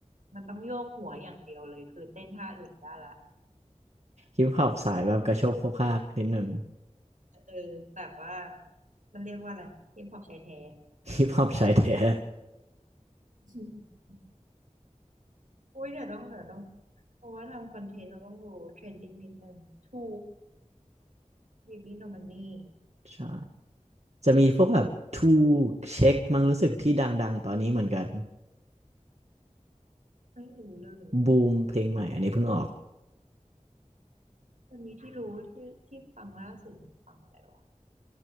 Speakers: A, on the right; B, on the right.
A: มันต้องโยกหัวอย่างเดียวเลยคือเต้นท่าอื่นได้ละ
B: ฮิปฮอปสายแบบกระโชกโคกฮากนิดหนึ่ง
A: เออแบบว่ามันเรียกว่าอะไรฮิปฮอปชายแท้
B: ฮิปฮอปชายแท้
A: <laughs> อุ้ยเดี๋ยวต้องเดี๋ยวต้องเพราะว่าทำคอนเทนต์เราต้องรู้เทรนดิ้งนิดนึงทูบีบีโนมันนี่
B: ใช่จะมีพวกแบบทูเช็คมั้งรู้สึกที่ดังๆตอนนี้เหมือนกัน
A: ไม่รู้เลย
B: บูมเพลงใหม่อันนี้เพิ่งออก
A: ตอนนี้ที่รู้ที่ที่ฟังล่าสุดหนูฟังอะไรวะ